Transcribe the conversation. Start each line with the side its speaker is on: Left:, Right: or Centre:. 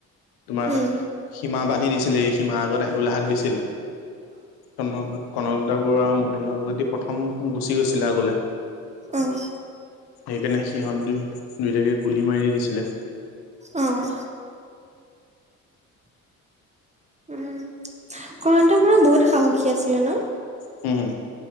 Left: তোমাৰ
Right: উম,
Left: সীমাবাদ। দিছিলে এই সীমাৰ আগত আহিবলৈ হাক দিছিলে কনক কনকলতা বৰুৱাৰ। আপোনালোক যদি প্ৰথম গুচি গৈছিলে আগলে।
Right: অ', অ', অ',
Left: সেইকাৰণে সিহঁত দু দুয়টাকে গুলি মাৰি দিছিলে।
Right: অহ। উম কনকলতা বৰুৱা বহুত সাহসী আছিলে ন।
Left: হু